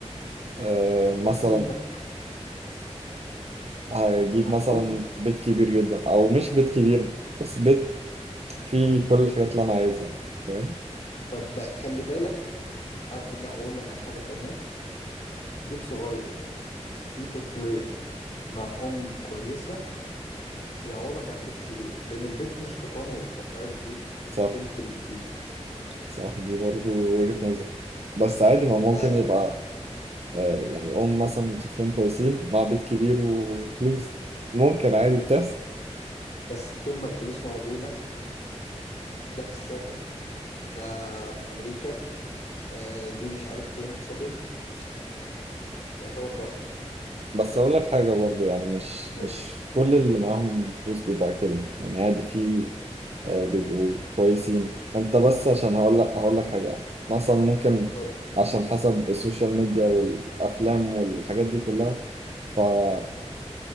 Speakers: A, on the right; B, on the left.
A: أه
B: هتحس
A: مثلا
B: انك
A: هيجيب مثلا
B: كل
A: بيت كبير جدا او مش بيت كبير بس بيت فيه كل الحاجات اللي انا عايزها فاهم
B: طب بقى، خلي بالك هرجع واقول لك على حاجة تانية بيت صغير فيه طفلين مع ام كويسة يعوضك عن البيت الكبير لان البيت مش حيطانه والرفاهيه اللي فيه
A: صح
B: البيت باللي فيه
A: صح دي برضو وجهة نظر بس عادي ما ممكن
B: فال...
A: يبقى آه يعني ام مثلا وطفلين كويسين مع بيت كبير وفلوس ممكن عادي بتحصل
B: بس طول ما الفلوس موجوده ده في الساحل ده في امريكا آه، دي مش عارف فين شوبينج ش- يعتبر لوحده
A: بس اقول لك حاجة برضو يعني مش
B: قول
A: مش كل اللي معاهم فلوس بيبقى كده يعني عادي في آه، بيبقوا كويسين انت بس عشان هقول لك هقول لك حاجة مثلا ممكن
B: قول
A: عشان حسب السوشيال ميديا والأفلام والحاجات دي كلها فخلتنا